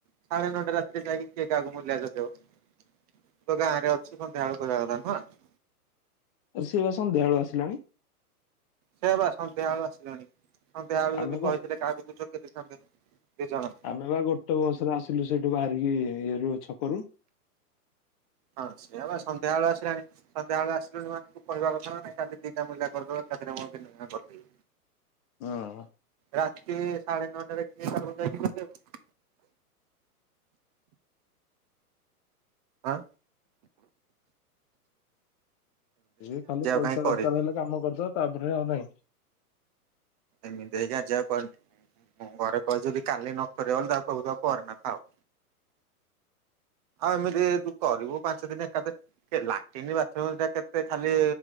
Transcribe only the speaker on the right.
ସାଢେ ନ ଟା ରାତିରେ ଯାଇ କି କିଏ କାହାକୁ ମୂଲିଆ ଯୋଗେଇବ। ତୁ ତ ଗାଁ ରେ ଅଛୁ ସନ୍ଧ୍ୟା ବଳକୁ କହିବା କଥା ନୁହଁ।
ସେଇବା ସନ୍ଧ୍ୟାବେଳୁ ଆସିଲୁଣି ସନ୍ଧ୍ୟାବେଳୁ
ଯଦି
କହିଥିଲେ କାହାକୁ <unintelligible> ଜଣ।
ହଁ ସେଇ ବା ସନ୍ଧ୍ୟାବଳୁ ଆସିଲାଣି। ସନ୍ଧ୍ୟାବେଳୁ ଆସିଲୁଣି ମାନେ ତୁ କହିବା କଥା ନା ନାଇଁ କାଲି ଦି ଟା ମୂଲିଆ କରିଦେବା <unintelligible> ମୁଁ କରିଦେବି।
ରାତି ସାଢେ ନଅଟାରେ କିଏ କାହାକୁ ଯାଇକି ଖୋଜିବ। ଆଁ।
କାହିଁ କରିନି।
ଏମିତି ହେଇକି ଆଜି ଆଉ କରିନି ମୁଁ ଘରେ କହିଚି ଯଦି କାଲି ନକରିବ ବଲେ ତାକୁ କହିବୁ ତୁ ଆଉ କରନା ଥାଉ। ଆଉ ଏମିତି କରିବୁ ପାଞ୍ଚ ଦିନ ଏକାଦିନ୍ ଏ ଲାଟିନ୍ ବାଥରୁମ୍ ଟା କେତେ ଖାଲି